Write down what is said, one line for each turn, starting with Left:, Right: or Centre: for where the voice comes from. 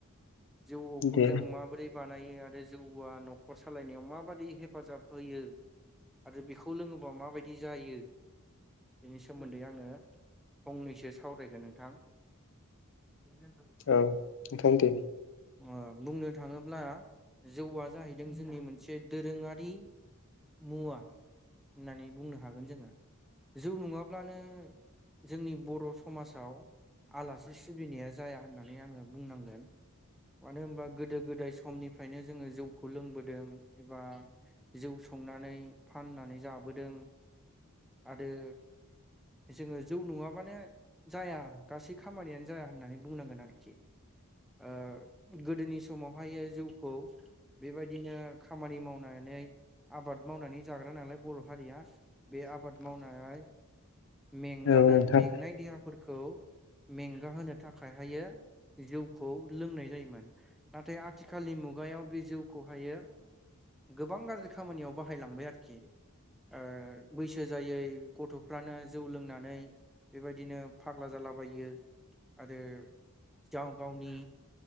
Centre: जौखौ
Left: दे
Centre: जों माबोरै बानायो आरो जौआ न'खर सालायनायाव माबाददि हेफाजाब होयो आरो बेखौ लोङोबा माबायदि जायो। बेनि सोमोन्दै आङो फंनैसो सावरायगोन नोंथां <unintelligible>
Left: औ नोंथां दे।
Centre: अ बुंनो थाङोब्ला जौआ जाहैदों जोंनि मोनसे दोरोङारि मुवा होननानै बुंनो हागोन जोङो जौ नङाब्लानो जोंनि बर' समाजाव आलासि सिबिनाया जाया होननानै आङो बुंनांगोन। मानो होनबा गोदो गोदाय समनिफ्रायनो जोङो जौखौ लोंबोदों एबा जौ संनानै फाननानै जाबोदों आरो जोङो जौ नङाबानो जाया गासै खामानियानो जाया होननानै बुंनांगोन आरोखि ओ गोदोनि समावहाय जिउखौ बेबायदिनो खामानि मावनानै आबाद मावनानै जाग्रा नालाय बर' हया बे आबाद मावनाय मेंगानाय
Left: औ नोंथां
Centre: मेंनाय देहा खौ मेंगा होनो थाखायहायो जौखौ लोंनाय जायोमोन नाथाय आथिखालनि मुगायाव बे जौखौहायो गोबां गाज्रि खामानियाव बाहायलांबाय आरोखि आरोखि बैसो जायै गथ'फ्रानो जौ लोंनानै बेबायदिनो फाग्ला जालाबायो आरो गाव गावनि